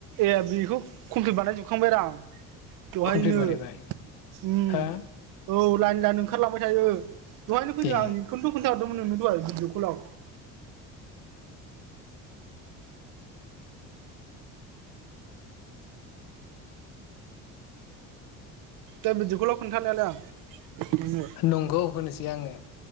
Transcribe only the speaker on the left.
कमप्लिट बानायबाय
हा
ए
नंगौ होनोसै आंङो।